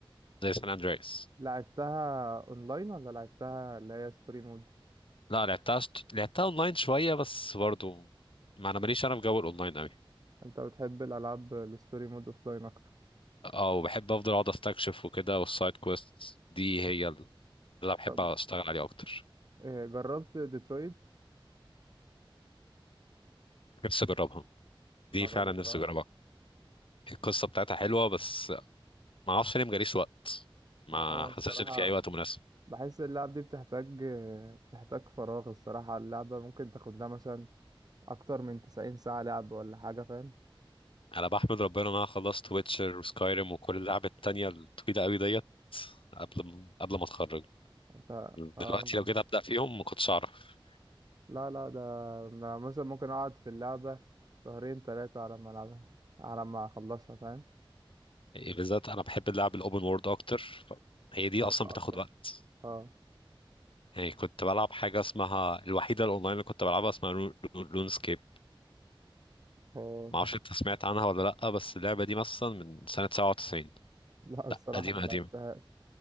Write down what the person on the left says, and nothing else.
زي سان اندريس
لا لعبتها شت- لعبتها اونلاين شويه بس برضو ما انا ماليش انا في جو الاونلاين قوي
اه وبحب افضل اقعد استكشف وكده والسايد كويست دي هي اللي انا بحب
اشتغل عليها اكتر
نفسي اجربها
دي فعلا
نفسي اجربها القصه بتاعتها حلوه بس ما اعرفش ليه مجاليش وقت ما
حسيتش
ان في اي وقت مناسب
انا بحمد ربنا ان انا خلصت ويتشر وسكايريم وكل اللعب التانية الطويله قوي ديت قبل قبل ما اتخرج
دلوقتي لو جيت ابدا فيهم ما كنتش اعرف
يعني بالذات انا بحب اللعب الاوبن وورد اكتر هي دي
اصلا
بتاخد وقت
يعني كنت بلعب حاجه اسمها الوحيده الاونلاين اللي كنت بلعبها اسمها لون سكيب
ما اعرفش انت سمعت عنها ولا لا بس اللعبه دي مثلا من سنه 97
لا قديمه
قديمه